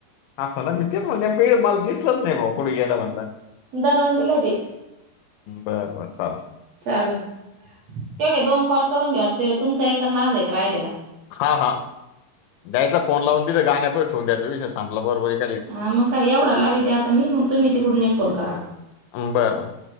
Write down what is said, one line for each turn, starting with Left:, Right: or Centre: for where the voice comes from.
Left: असं नां मी तेचं म्हणलं पेढ मलां दिसलंच नाहीं भावां कूठे गेलां म्हणलं
Right: दरवंडिला ते
Left: बरं बरं चालंण
Right: चाललं तेवढे दोन कॉल करूंन घ्यां ते तुमचां एक आंण माझां एक राहिलेला
Left: हां हां द्यायचा फोन लावूंन तिथं गाण्यां पशी ठीऊंन द्यायचा विषय संपला बरोबर ए बाई
Right: हां मंग कायं एवढां लावी ते आंता मी मंग तुम्हीं तिकडूंन एक फोन करां
Left: बरं बरं